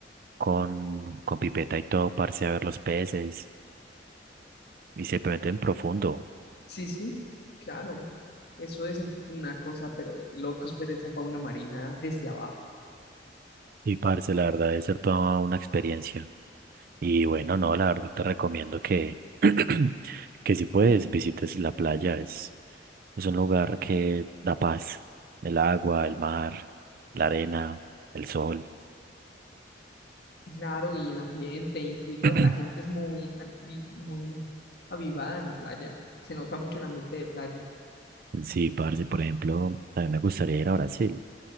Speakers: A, on the right (about 50°); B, on the left (about 60°).
A: con, con pipeta y todo, parce, a ver los peces. Y se meten profundo.
B: Sí, sí, claro. Eso es una cosa, pero de locos ver esa fauna marina desde abajo.
A: y parce, la verdad debe ser toda una experiencia. Y bueno, no, la verdad te recomiendo que, <clears throat> que si puedes, visites la playa. Es, es un lugar que da paz. El agua, el mar, la arena, el sol.
B: Claro, y el ambiente, incluso
A: <clears throat>
B: ahora la gente es muy, avi- muy avivada en la playa. Se nota mucho el ambiente de playa.
A: Sí, parce, por ejemplo, también me gustaría ir a Brasil.